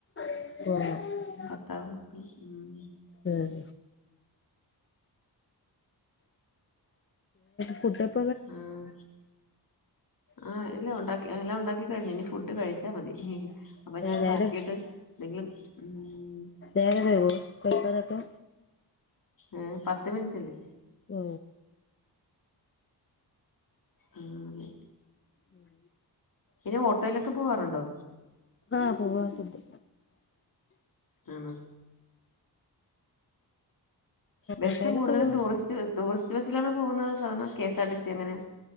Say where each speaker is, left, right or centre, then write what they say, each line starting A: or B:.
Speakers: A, on the left; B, on the left.
A: ആഹ്
B: ഭർത്താവും മക്കളും ഉം..
A: ഉം ഫുഡോക്കെ
B: ആഹ് ആ ഇല്ലാ ഉണ്ടാക്കി എല്ലാം ഉണ്ടാക്കിക്കഴിഞ്ഞു ഇനി ഫുഡ് കഴിച്ചാ മതി അപ്പൊ ഞാൻ
A: നേരം
B: നോക്കിയിട്ട് എന്തെങ്കിലും ഉം
A: നേരവോ കഴിക്കാനൊക്കെ?
B: ഏ പത്ത് മിനിറ്റില്
A: ഓ...
B: ആ അങ്ങനെ
A: ഉം
B: ഇനി ഓട്ടോയിലൊക്കെ പോവാറുണ്ടോ?
A: ആഹ് പോവറെക്കെയുണ്ട്
B: ആണോ? ബസ്സ്
A: ഓട്ടോയിലൊക്കെ
B: കൂടുതലും
A: പോവും
B: ടൂറിസ്റ്റ് ടൂറിസ്റ്റ് ബസ്സിലാണോ പോകുന്നത് സാധാരണ K S R T C അങ്ങനെ?